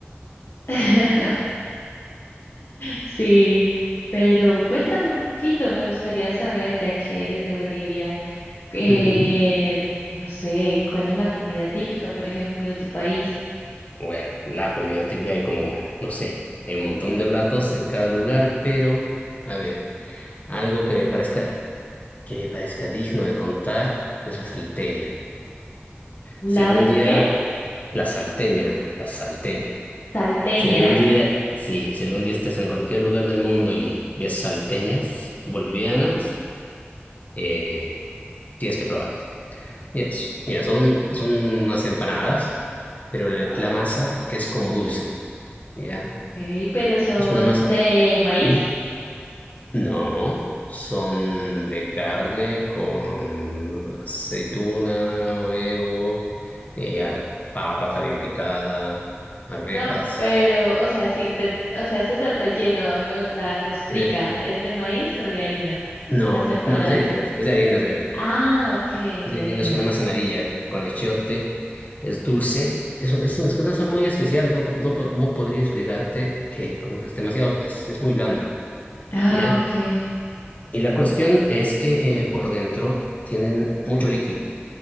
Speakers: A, on the left; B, on the left.
A: <laughs> Sí, pero cuéntame un poquito, me gustaría saber, ya que eres de Bolivia, eh,
B: Ujú.
A: no sé, ¿cuál es la comida típica, por ejemplo, de tu país?
B: Bueno, la comida típica, hay como, no sé, hay un montón de platos en cada lugar, pero, a ver, algo que me parezca, que me parezca digno de contar es la salteña.
A: ¿Las
B: Si algún día,
A: qué?
B: la salteña, la salteña.
A: Salteña.
B: Si algún día, sí, si algún día estés en cualquier lugar del mundo y ves salteñas bolivianas, eh, tienes que probarlas Yes. Mira, son, son unas empanadas, pero la
A: Ah,
B: la masa es como dulce, ¿ya?
A: ok, pero son
B: Es una masa.
A: de maíz.
B: ¿Mm? No, son de carne con aceituna, huevo, eh, al- papa también picada, arvejas.
A: No, pero, o sea, sí, te- o sea, ese es el relleno, hablo, la costrica,
B: Sí.
A: ¿es de maíz o de harina?
B: No,
A: Las empanadas.
B: no, es de harina, es de harina, es de harina.
A: Ah, ok, de
B: Es de harina,
A: harina.
B: es una masa amarilla con achiote, es dulce. Es, un- es, un- es una masa muy especial, no, no, po- no podría explicarte eh, cómo es demasiado, es, es muy blanda,
A: Ah,
B: ¿ya?
A: ok.
B: Y la cuestión es que eh, por dentro tienen mucho líquido.